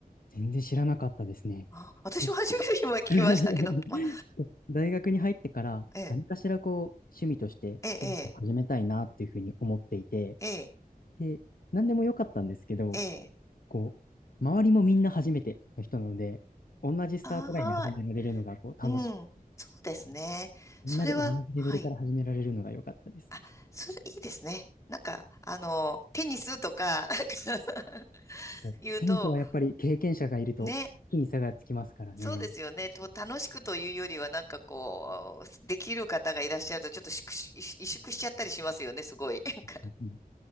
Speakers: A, on the left; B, on the left.
A: 全然知らなかったですね。
B: あ、私も初めて今聞きましたけど、
A: え <laughs>
B: まあ、
A: 大学に入ってから何かしらこう趣味としてスポーツを始めたいなっていうふうに思っていて、
B: ええ、ええ、ええ、
A: で、何でもよかったんですけど、
B: ええ、
A: こう、周りもみんな初めての人なので、同じスタートラインで始められるのが、
B: ああ
A: こう、楽しく。
B: うん、そうですね。
A: こうみんなで同じレベルから始められるのが良かったです。
B: それは、はい。あ、それいいですね。なんか、あの、テニスとか、なんか <laughs>
A: もうテニスはやっぱり経験者がいると、
B: 言うと、ね、
A: 一気に差がつきますからね。
B: そうですよね。と楽しくというよりは、なんかこう、できる方がいらっしゃると、ちょっと萎縮し、萎縮しちゃったりしますよね、すごい。なんか
A: うんうん。